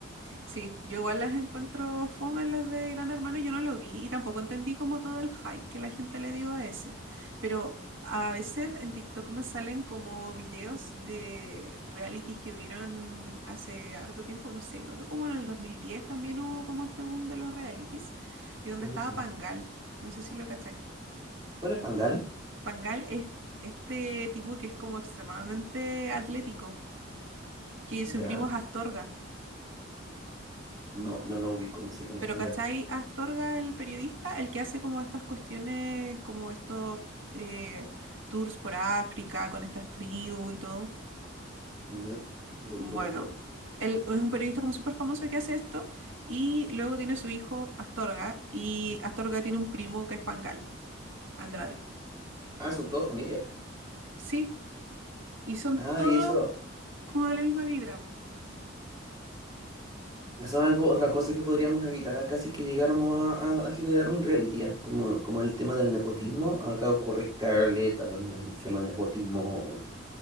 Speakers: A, on the right; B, on the right.
A: Sí, yo igual las encuentro fome las de Gran Hermano, yo no lo vi y tampoco entendí como todo el hype que la gente le dio a ese. Pero a veces en TikTok me salen como videos de realities que hubieron hace harto tiempo, no sé, creo que como en el 2010 también hubo como este boom de los realities y donde
B: creo
A: estaba
B: que sí.
A: Pangal, no sé si lo cacháis.
B: ¿Cuál es Pangal?
A: Pangal es este tipo que es como extremadamente atlético, que
B: Ya,
A: su primo es Astorga.
B: no, no lo ubico, no sé quién es
A: Pero
B: Pangal.
A: ¿cachai? Astorga, el periodista, el que hace como estas cuestiones, como estos eh, tours por África con estas tribus y todo.
B: No, no lo
A: Bueno,
B: ubico tampoco.
A: él es un periodista como súper famoso que hace esto y luego tiene su hijo Astorga y Astorga tiene un primo que es Pangal, Andrade.
B: Ah, son todos familia.
A: Sí, y son
B: Ah,
A: todos
B: y eso.
A: como de la misma vibra. po.
B: Eso es algo, otra cosa que podríamos evitar acá si es que llegáramos a, a- a generar un reality, ¿ah? Como, como el tema del nepotismo, acá ocurre caleta, el
A: Sí.
B: tema del nepotismo,